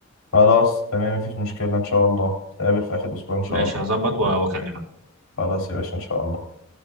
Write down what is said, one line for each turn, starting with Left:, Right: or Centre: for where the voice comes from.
Left: خلاص تمام مفيش مشكلة إن شاء الله نتقابل في آخر أسبوع إن شاء
Right: ماشي
Left: الله
Right: هظبط و- واكلمك
Left: خلاص يا باشا إن شاء الله